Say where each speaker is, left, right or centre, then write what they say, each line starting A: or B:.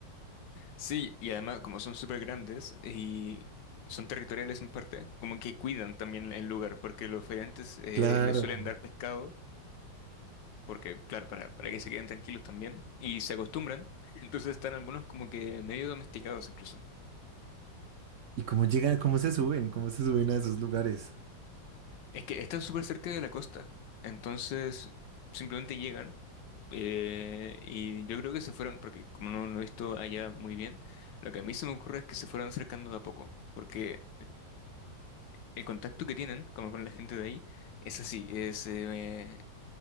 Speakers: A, on the left; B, on the right.
A: Sí, y además como son súper grandes y son territoriales en parte, como que cuidan también el lugar, porque los feriantes eh,
B: Claro.
A: les suelen dar pescado, porque claro, para, para que se queden tranquilos también, y se acostumbran, <laughs> entonces están algunos como que medio domesticados incluso.
B: ¿Y cómo llegan, cómo se suben, cómo se suben a esos lugares?
A: Es que están súper cerca de la costa, entonces simplemente llegan. eh, y yo creo que se fueron, porque como no lo he visto allá muy bien, lo que a mí se me ocurre es que se fueron acercando de a poco, porque El contacto que tienen, como con la gente de ahí, es así, es, eh,